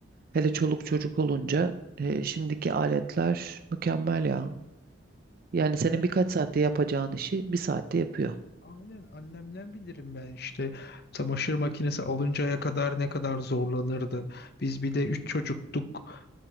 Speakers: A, on the right (about 45°); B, on the left (about 50°).
A: Hele çoluk çocuk olunca e, şimdiki aletler mükemmel ya. Yani senin
B: Ben
A: birkaç saatte yapacağın işi bir saatte yapıyor.
B: Aynen annemden bilirim ben işte çamaşır makinesi alıncaya kadar ne kadar zorlanırdı. Biz bir de üç çocuktuk.